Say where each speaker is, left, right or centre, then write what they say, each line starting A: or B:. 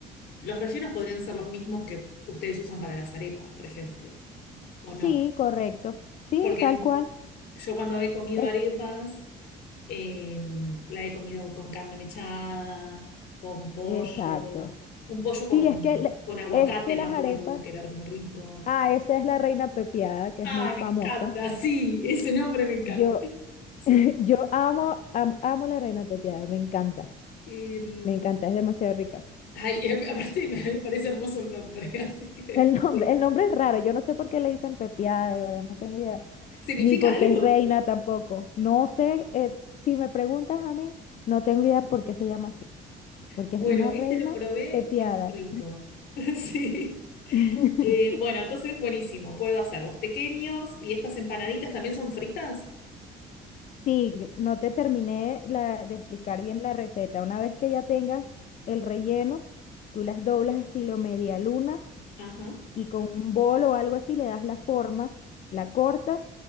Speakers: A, on the left; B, on the left.
A: los rellenos podrían ser los mismos que ustedes usan para las arepas, por ejemplo, o
B: Sí,
A: no.
B: correcto. Sí,
A: Porque
B: tal cual.
A: yo cuando he comido
B: Es-
A: arepas, em, la he comido con carne mechada, con pollo,
B: exacto.
A: un pollo
B: Sí,
A: con,
B: es que, la-
A: con aguacate,
B: es que las
A: me acuerdo,
B: arepas
A: que era muy rico.
B: Ah, esa es la reina pepiada, que
A: Ay,
B: es muy
A: me
B: famosa.
A: encanta, sí, ese nombre me encanta.
B: Yo,
A: <laughs> Sí.
B: <laughs> yo amo, am- amo la reina pepiada, me encanta,
A: Em,
B: me encanta, es demasiado rica.
A: ay, y a mí- aparte me, a mí me parece hermoso el nombre, <laughs> así que
B: El nombre,
A: sí.
B: el nombre es raro, yo no sé por qué le dicen pepiada, de verdad, no tengo idea.
A: ¿Significa
B: Ni por
A: algo?
B: qué es reina tampoco. No sé, eh, si me preguntas a mí, no tengo idea por qué se llama así, porque
A: Bueno,
B: es una
A: este
B: reina
A: lo probé
B: pepiada.
A: y es muy rico. <laughs> Sí.
B: <laughs>
A: Eh, bueno, entonces buenísimo. Puedo hacer los tequeños y estas empanaditas también son fritas.
B: Sí, no te terminé la- de explicar bien la receta. Una vez que ya tengas el relleno, tú las doblas estilo media luna
A: Ajá.
B: y con un bol o algo así le das la forma, la cortas